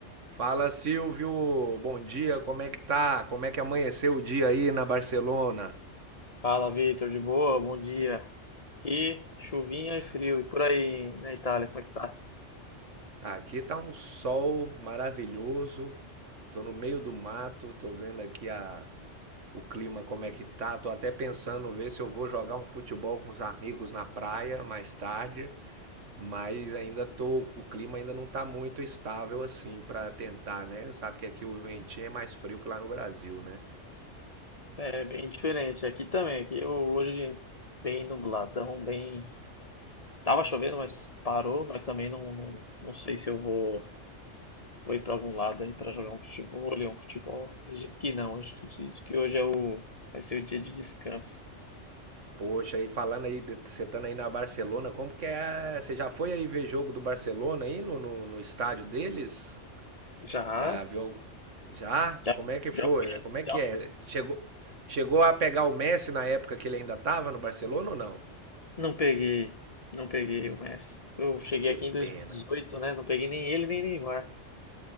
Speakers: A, on the right; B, on the left.
A: Fala Silvio, bom dia, como é que tá? Como é que amanheceu o dia aí na Barcelona?
B: Fala, Vitor, de boa? Bom dia. Aqui, chuvinha e frio. E por aí na Itália, como é que tá?
A: Aqui tá um sol maravilhoso. Tô no meio do mato, tô vendo aqui a o clima como é que tá. Tô até pensando ver se eu vou jogar um futebol com os amigos na praia mais tarde, mas ainda tô, o clima ainda não tá muito estável assim pra tentar, né? Sabe que aqui o ventinho é mais frio que lá no Brasil, né?
B: É bem diferente. Aqui também. Aqui eu- hoje bem nubladão, bem. Tava chovendo, mas parou. Mas também não, não, não sei se eu vou, vou ir pra algum lado aí pra jogar um futebol, ler um futebol. Acredito que não. Acho que acredito que hoje é o, vai ser o dia de descanso.
A: Poxa, e falando aí, de- você estando aí na Barcelona, como que é? Você já foi aí ver jogo do Barcelona aí no, no, no estádio deles?
B: Já,
A: Já viu? Já?
B: já,
A: Como é que foi?
B: já fui,
A: Como é que
B: já
A: é?
B: fui.
A: Chegou, chegou a pegar o Messi na época que ele ainda tava no Barcelona ou não?
B: Não peguei, não peguei o Messi. Eu cheguei
A: Que
B: aqui
A: pena.
B: em 2018, né? Não peguei nem ele, nem Neymar.